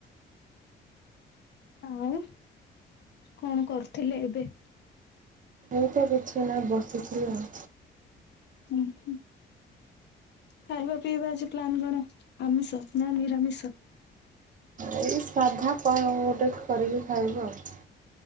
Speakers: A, on the left; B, on the right.
A: ଆଉ କଣ କରୁଥିଲେ ଏବେ?
B: ଏଇପା ବିଛଣା ରେ ବସିଛି ଆଉ।
A: ଉହୁଁ ଖାଇବା ପିଇବା ଆଜି ପ୍ଲାନ୍ କଣ ଆମିଷ ନା ନିରାମିଷ?
B: ଏଇ ସାଧା କଣ ଗୋଟେ କରିକି ଖାଇବୁ ଆଉ।